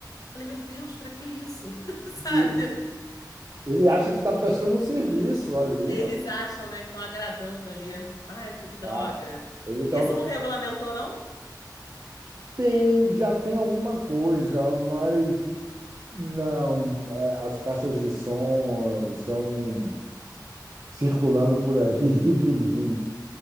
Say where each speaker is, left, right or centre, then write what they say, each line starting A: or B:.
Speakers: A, on the left; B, on the right.
A: Falei, meu Deus, pra que isso? <laughs> Sabe?
B: e ele acha que está prestando um serviço ali,
A: Eles
B: não?
A: acham, né, que estão agradando ali. Ai, que droga.
B: tá? Ele está
A: Isso não regulamentou, não?
B: Tem, já tem alguma coisa, mas não. é, As caixas de som estão circulando por aí <laughs> livremente.